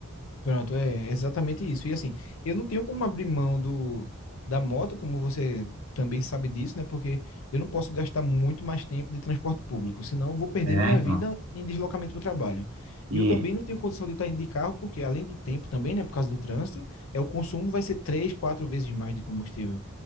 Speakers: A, on the left; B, on the right.
A: Pronto, é exatamente isso. E assim, eu não tenho como abrir mão do, da moto, como você também sabe disso, né? Porque eu não posso gastar muito mais tempo de transporte público, senão eu vou perder
B: É,
A: minha
B: então.
A: vida em deslocamento para o trabalho. E
B: E,
A: eu também não tenho condição de estar indo de carro, porque além do tempo também, né, por causa do trânsito, é o consumo vai ser três, quatro vezes mais de combustível.